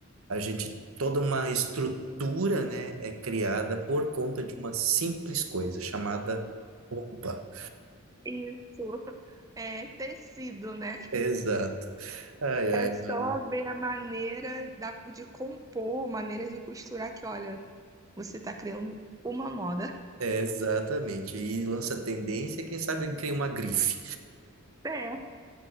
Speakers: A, on the right (about 85°); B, on the right (about 15°).
A: a gente, toda uma estrutura, né, é criada por conta de uma simples coisa chamada roupa.
B: isso. É tecido, né?
A: Exato. Ai, ai,
B: É só
A: Mari.
B: ver a maneira da, de compor, maneira de costurar que, olha, você tá criando uma moda.
A: É, exatamente. E lança tendência, quem sabe cria uma grife.
B: É.